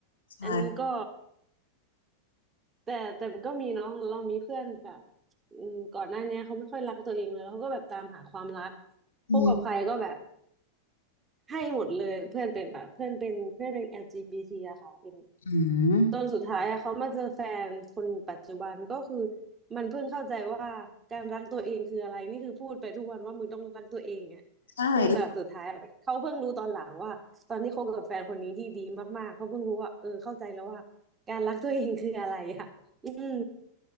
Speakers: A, on the left; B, on the right.
A: ใช่
B: อันนี้ก็แต่แต่มันก็มีเนาะเรามีเพื่อนแบบอืมก่อนหน้าเนี้ยเขาไม่ค่อยรักตัวเองเลยเขาก็แบบตามหาความรัก
A: อืม
B: พบกับใครก็แบบให้หมดเลยเพื่อนเป็นแบบเพื่อนเป็นเพื่อนเป็น LGBT อลจีบีทีอะค่ะเป็น
A: อืม
B: จนสุดท้ายอะเขามาเจอแฟนคนปัจจุบันก็คือมันเพิ่งเข้าใจว่าการรักตัวเองคืออะไรนี่คือพูดไปทุกวันว่ามึงต้องรักตัวเองอะ
A: ใช่แล้ว
B: จนแบบสุดท้ายอะเขาเพิ่งรู้ตอนหลังว่าตอนที่คบกับแฟนคนนี้ที่ดีมากๆเขาเพิ่งรู้ว่าเออเข้าใจแล้วว่าการรักตัวเองคืออะไรอะอืม